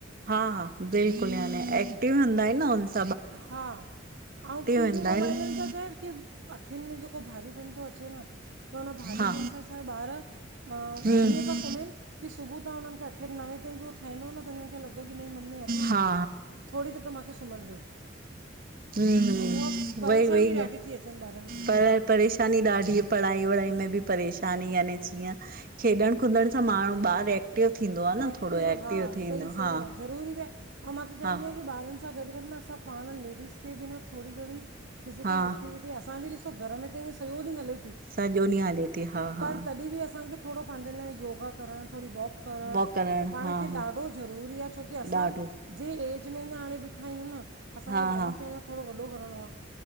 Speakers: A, on the right; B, on the right.
A: हा हा, बिल्कुलु याने, एक्टिव हंदा हिन न ओस
B: हा, अउं टी
A: हूंदा
B: वी, मोबाइलिन
A: आहिनि
B: सां छाहे की अखियुनि में जेको भारीपन थो अचे न, त हुन भारीपन
A: हा
B: सां छा ॿारु हा,
A: हम्म
B: ईअं थो सुम्हेन, की सुबह तां हुनन खे अठे नवे ताईं बि उनखे उथाई दव न त हिननि खे लॻो। बोलेगी नी मम्मी अभी,
A: हा
B: थोरी देरि त मांखे सुम्हन ॾियो।
A: हुं
B: त उहा परेशानी
A: वई वई,
B: ॾाढी थी अचनि ॿारनि खे
A: पर परेशानी ॾाढी पढ़ाई- वढ़ाई में बि परेशानी यानि जीअं खेॾण कुॾण सां माण्हूं ॿारु एक्टिव थींदो आ,
B: त
A: न थोरो एक्टिव
B: हा
A: थींदो
B: सही
A: आ,
B: सही
A: हा
B: आहे ज़रूरी भी आहे, मां त चाहिदीया
A: हा
B: की ॿारनि सां गॾु- गॾु न, असां पाण लेडीस खे बि न थोरी घणी, फिज़िकल
A: हा
B: एक्टिविटी असांजे ॾिसो घरु में त इय सॼो ॾींहु हले थी।
A: सॼो ॾींहु हले थी हा हा
B: पर तॾहिं बि असांखे थोरो पांजे लाइ, योगा करण थोरी वॉक करण,
A: वॉक
B: पाण
A: हा
B: खे
A: हा
B: ॾाढो ज़रूरी आ, छोकी असां
A: ॾाढो
B: जे ऐज में अञा हाणे ॿीठा आहियूं, न असांखे
A: हा
B: ॿारनि
A: हा
B: खे अञा थोरो वॾो करिणो आ